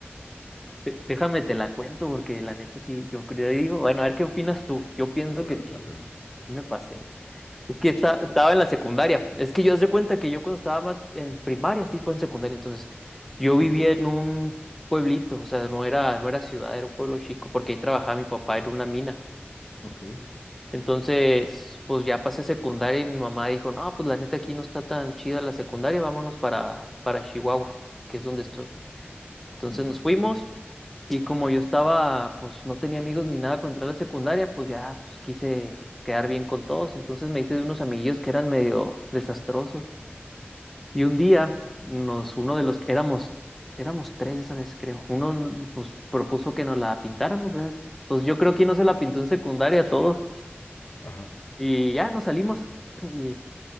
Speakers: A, in the centre; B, on the left (about 60°).
A: De- Déjame te la cuento porque la neta sí, yo creo, y digo, bueno, a ver qué opinas tú. Yo pienso
B: A ver,
A: que sí,
B: dale, dale.
A: que sí me pasé. Es que esta- estaba en la secundaria. Es que yo haz de cuenta que yo cuando estaba más en primaria, sí fue en secundaria, entonces yo vivía
B: Ujú,
A: en un pueblito, o sea, no era, no era ciudad, era un pueblo chico, porque ahí trabajaba mi papá, era una mina.
B: Ok,
A: Entonces, pues ya pasé secundaria y mi mamá dijo, no, pues la neta aquí no está tan chida la secundaria, vámonos para, para Chihuahua, que es donde estoy. Entonces
B: ok.
A: nos fuimos. Y como yo estaba, pues no tenía amigos ni nada contra la secundaria, pues ya pues, quise pues, quedar bien con todos. Entonces me hice de unos amiguillos que eran medio desastrosos. Y un día, nos, uno de los, éramos, éramos tres esa vez, creo. Uno, pues, propuso que nos la pintáramos, ¿ves? Pues yo creo que no se la pintó en secundaria a todos.
B: Ajá.
A: Y ya nos salimos. <clears throat> Y,